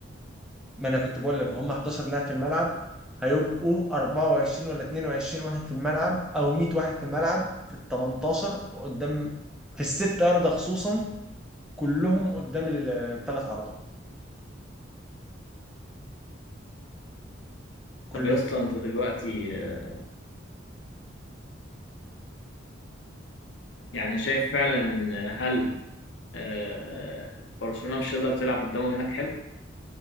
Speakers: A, in the centre; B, on the left.
A: ما انا كنت بقول لك هم 11 لاعب في الملعب هيبقوا 24 ولا 22 واحد في الملعب او 100 واحد في الملعب في ال 18 قدام في الست عرضة خصوصا كلهم قدام الثلاث عرضات كلهم
B: طب يا اسطى أنت دلوقتي آه، يعني شايف فعلا إن هل آه، برشلونة مش هتقدر تلعب قدامهم هناك حلو؟